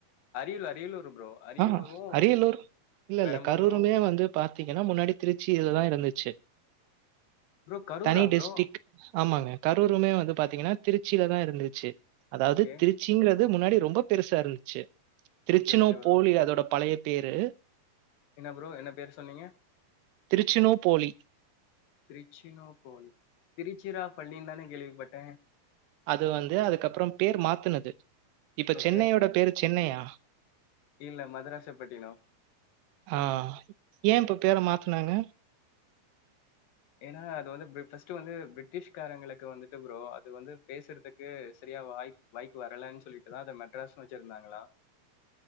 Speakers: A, on the left; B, on the right.
A: அரியல் அரியலூரு ப்ரோ அரியலூரும்,
B: ஆஹா அரியலூர் இல்ல
A: பெரம்பலூரும்
B: இல்ல கரூரமே வந்து பாத்தீங்கன்னா முன்னாடி திருச்சி இதுதா இருந்துச்சு
A: ப்ரோ கரூரா
B: தனி
A: ப்ரோ?
B: டிஸ்டிக் ஆமாங்க கரூமே வந்து பாத்தீங்கன்னா திருச்சியிலதா இருந்துச்சு அதாவது
A: ஓகே.
B: திருச் சிங்கிறது முன்னாடி ரொம்போ பெருசா இருந்துச்சு திருச்சினு
A: ஓகே, ஓகே ப்ரோ.
B: போலி அதோட பழைய பேரு
A: என்ன ப்ரோ என்ன பேரு சொன்னீங்க
B: திருச்சினோபோலி.
A: திருச்சினோ போலி திருச்சிரா பள்ளிந்தான கேள்விப்பட்ட
B: அது வந்து அதுக்கப்புறோ பேரு மாத்தனது இப்ப
A: ஓகே.
B: சென்னையோட பேரு சென்னையா
A: இல்ல மதராசப்பட்டினம்.
B: ஆ ஏ இப்ப பேர மாத்தனாங்க
A: ஏனா அது வந்து ஃபர்ஸ்ட்டு வந்து பிரிட்டிஷ்காரங்களுக்கு வந்துட்டு ப்ரோ அது வந்து பேசறதுக்கு சரியா வாய் ப்பு வரலன்னு சொல்லிட்டுதா அத மெட்ராஸ்னு வெச்சிருந்தாங்களா